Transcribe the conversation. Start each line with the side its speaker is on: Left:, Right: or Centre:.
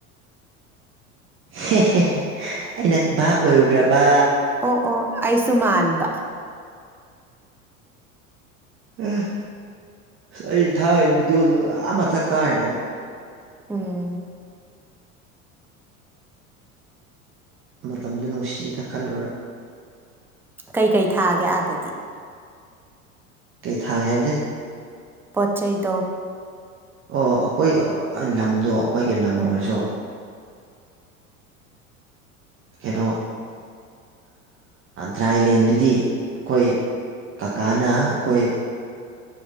Right: ꯍꯦ ꯍꯦ ꯑꯩꯅ ꯚꯥꯞ ꯑꯣꯏꯔꯨꯗ꯭ꯔꯕ
Centre: ꯑꯣ ꯑꯣ ꯑꯩꯁꯨ ꯃꯥꯟꯕ
Right: ꯑꯦ ꯑꯁ ꯑꯩꯅ ꯊꯥꯛꯏꯕ ꯚꯤꯗꯤꯑꯣꯗꯨꯗ ꯑꯥ ꯃꯊꯛ ꯀꯥꯏꯔꯅꯦ ꯑꯃꯨꯛ
Centre: ꯎꯝ
Right: ꯃꯇꯝꯗꯨ ꯅꯨꯡꯁꯤꯗ ꯈꯜꯂꯨꯔꯒ
Centre: ꯀꯩ ꯀꯩ ꯊꯥꯒꯦ ꯑꯥꯗꯗꯤ
Right: ꯀꯩ ꯊꯥꯒꯦ ꯍꯥꯏꯕꯗꯤ
Centre: ꯄꯣꯆꯩꯗ
Right: ꯑꯣ ꯑꯩꯈꯣꯏ ꯂꯝꯗꯣ ꯑꯩꯈꯣꯏꯒꯤ ꯂꯝ
Centre: ꯎꯝ
Right: ꯑꯣꯏꯔꯁꯨ ꯀꯩꯅꯣ ꯗ꯭ꯔꯥꯏꯂꯦꯟꯗꯨꯗꯤ ꯑꯩꯈꯣꯏ ꯀꯀꯥꯅ ꯑꯩꯈꯣꯏ